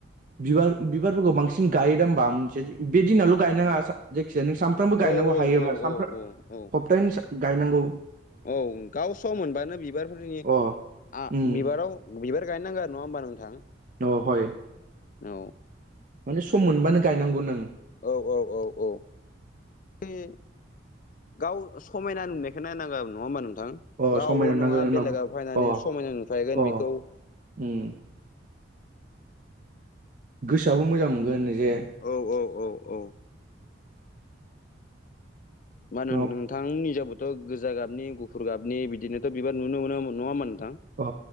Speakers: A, on the right; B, on the left.
A: बिबार बिबारफोरखौ बांसिन गायोदा होमबा मोनसे बे दिनावल' गायनाङा जायखिजाया नों सानफ्रामबो गायनांगौ
B: औ
A: हायोबा सानफ्राम
B: औ औ औ
A: सप्तानो गायनांगौ‌
B: औ गाव सम मोनबानो बिबारफोरनि
A: अ
B: आ
A: उम
B: बिबाराव बिबार गायनो नांगौ आरो नङा होनबा नोंथां?
A: द हय।
B: औ।
A: माने सम मोनबानो गायनांगौ नों।
B: औ औ औ औ <unintelligible> गाव समायना नुनायखौ नायनांगोन नङा होमबा नोंथां?
A: अ
B: गावल'
A: समायना नुनांगोन
B: नङा
A: उनाव
B: बेलेगा फैनानै
A: अ
B: समायना नुफैगोन
A: अ
B: बेखौ।
A: उम। गोसोयाबो मोजां मोनगोन जे
B: औ औ औ औ। मा
A: उनाव
B: होनो नोंथांनिजाबोद थ' गोजा गाबनि गुफुर गाबनि बिदिनोथ' बिबार नुनो मोनो नङामोन नोंथां?
A: औ